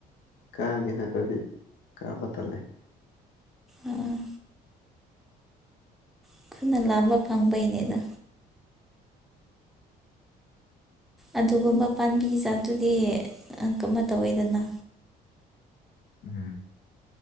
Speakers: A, on the left (about 75°); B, in the centre.
A: ꯀꯥꯒꯦ ꯅꯠꯇ꯭ꯔꯗꯤ ꯀꯥꯕ ꯇꯜꯂꯦ
B: ꯑꯥ ꯑꯩꯈꯣꯏꯅ ꯂꯥꯝꯕ ꯐꯪꯕꯩꯅꯦꯗ ꯑꯗꯨꯒꯨꯝꯕ ꯄꯝꯕꯤꯖꯥꯗꯨꯗꯤ ꯑꯪ ꯀ ꯑꯃ ꯇꯧꯋꯦꯗꯅ
A: ꯎꯝ